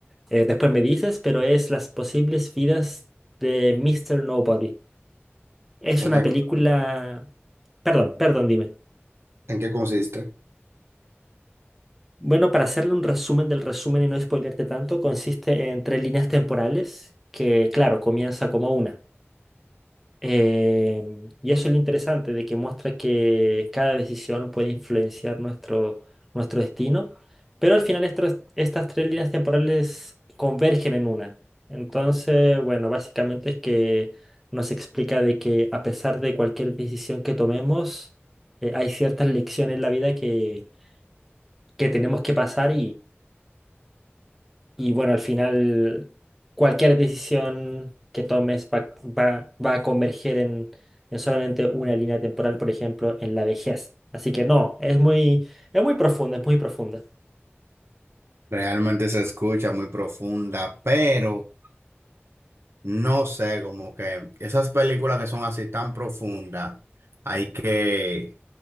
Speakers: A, in the centre; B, on the right (about 70°).
A: eh, después me dices, pero es Las posibles vidas de Mister Nobody. Es
B: ¿En
A: una
B: qué,
A: película...
B: co-
A: Perdón, perdón, dime.
B: en qué consiste?
A: Bueno, para hacerle un resumen del resumen y no spoilearte tanto, consiste en tres líneas temporales que, claro, comienza como una. Em, y eso es lo interesante, de que muestra que cada decisión puede influenciar nuestro, nuestro destino, pero al final estas, estas tres líneas temporales convergen en una. Entonces, bueno, básicamente es que nos explica de que a pesar de cualquier decisión que tomemos, eh, hay ciertas lecciones en la vida que, que tenemos que pasar y bueno, al final cualquier decisión que tomes va, va- va a converger en, en solamente una línea temporal, por ejemplo, en la vejez. Así que no, es muy, es muy profunda, es muy profunda.
B: Realmente se escucha muy profunda, pero... No sé, como que esas películas que son así tan profundas, hay que,